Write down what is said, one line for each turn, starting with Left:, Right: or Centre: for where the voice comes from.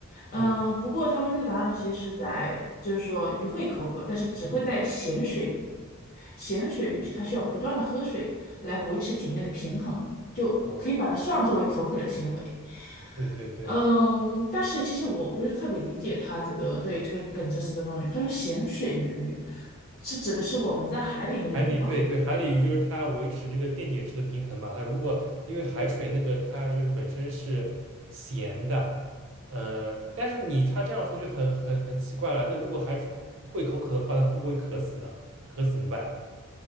Left: 嗯，
Right: 对。
Left: 不过他们这个答案呢，其实是在就是说鱼会口渴，但是只会在咸水里，
Right: 嗯
Left: 咸水鱼它需要不断的喝水来维持体内的平衡，就可以把它算作为口渴的行为。
Right: 哦，对对对，
Left: 嗯，但是其实我不是特别理解他这个对这个冷知识这方面，他说咸水鱼是指的是我们在海里面的鱼吗？
Right: 海里对对海里鱼就是它维持这个电解质的平衡嘛。它如果因为海水那个它就是本身是咸的，呃，但是你它这样说就很很很奇怪了。那如果海水会口渴的话，它会不会渴死呢？它渴死怎么办？